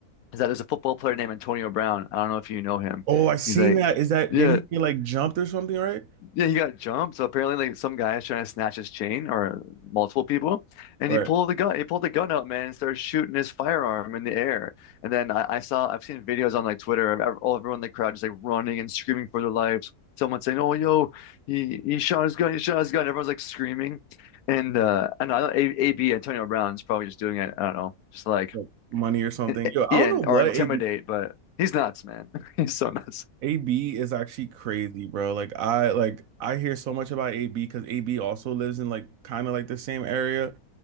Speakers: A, on the left; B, on the right.
A: is that there's a football player named Antonio Brown. I don't know if you know him.
B: Oh, I seen
A: He's like,
B: that. Is that
A: yeah,
B: didn't he get like jumped or something? Right.
A: yeah, he got jumped. So apparently, like some guy is trying to snatch his chain, or multiple people, and
B: Right.
A: he pulled the gun. He pulled the gun out, man, and started shooting his firearm in the air. And then I, I saw, I've seen videos on like Twitter of ev- all everyone in the crowd just like running and screaming for their lives. Someone saying, "Oh, yo, he he shot his gun. He shot his gun." Everyone's like screaming, and uh, I know A- AB Antonio Brown's probably just doing it. I don't know, just like
B: Like money or something.
A: and,
B: Yo, I
A: yeah,
B: don't know
A: and,
B: what
A: or intimidate,
B: AB
A: but he's nuts, man. <laughs> He's so nuts.
B: AB is actually crazy, bro. Like I like I hear so much about AB because AB also lives in like kind of like the same area